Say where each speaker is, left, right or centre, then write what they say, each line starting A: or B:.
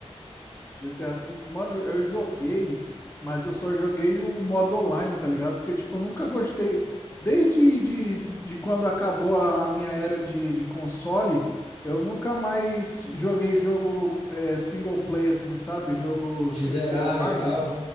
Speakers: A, on the left; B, on the left.
A: GTA V, mano, eu joguei, mas eu só joguei o modo online, tá ligado? Porque, tipo, eu nunca gostei. Desde de, de quando acabou a, a minha era de, de console, eu nunca mais joguei jogo é, single play, assim, sabe? Jogo
B: De
A: sem
B: zerar
A: ser online.
B: e tal?